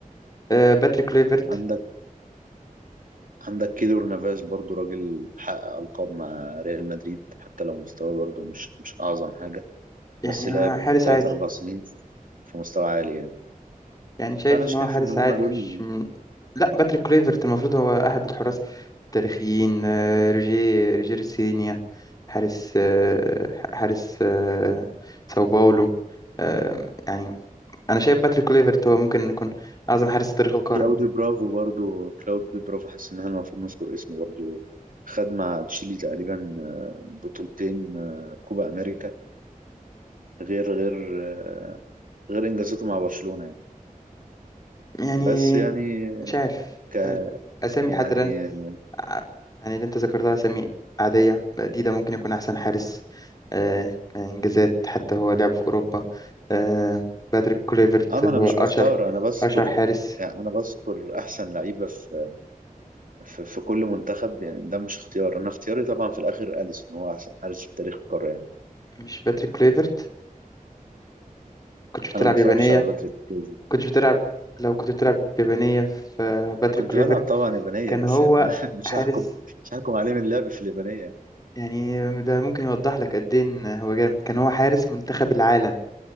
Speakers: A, on the left; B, on the right.
A: آه، باتريك كليفرت
B: عندك عندك كيلور نافاس برضه راجل حقق القاب مع ريال مدريد حتى لو مستواه برضه مش مش اعظم حاجه
A: يعني
B: بس لعب
A: آه، حارس
B: 3
A: عادي
B: 4 سنين في مستوى عالي يعني
A: يعني شايف
B: فانا شايف
A: إن هو حارس
B: ان هم
A: عادي
B: دول
A: مش م- لا باتريك كليفرت المفروض هو أحد الحراس التاريخيين آه، روجيه روجير سينيا حارس آه، حارس آه، ساو باولو آه، يعني أنا شايف باتريك كليفرت هو ممكن يكون أعظم حارس في تاريخ القارة
B: كلاوديو برافو برضو كلاوديو برافو حاسس ان احنا المفروض نذكر اسمه برضو خد مع تشيلي تقريبا آه، بطولتين آه، كوبا امريكا غير غير آه، غير انجازاته مع برشلونة يعني
A: يعني
B: بس يعني
A: مش عارف
B: ك
A: أسامي
B: يعني
A: لحد الآن ع- يعني اللي أنت ذكرتها أسامي عادية ديدا ممكن يكون أحسن حارس آه، إنجازات حتى هو لعب في أوروبا آه، باتريك كليفرت
B: اما
A: هو
B: انا مش
A: أشهر
B: بختار انا بذكر
A: أشهر حارس
B: يعني انا بذكر احسن لعيبة في في, في كل منتخب يعني ده مش اختيار انا اختياري طبعا في الاخر اليسون هو احسن حارس في تاريخ القارة يعني
A: مش باتريك كليفرت كنت بتلعب
B: انا ما اتفرجتش
A: يابانية
B: على باتريك فيز،
A: كنت بتلعب لو كنت بتلعب يابانية في باتريك
B: كنت
A: كليفرت
B: بلعب طبعا يابانية
A: كان
B: بس
A: هو
B: يعني أنا <laughs> مش
A: حارس
B: هحكم مش هحكم عليه من اللعب في اليابانية يعني.
A: يعني ده ممكن يوضح لك قد إيه إن هو جامد كان هو حارس منتخب العالم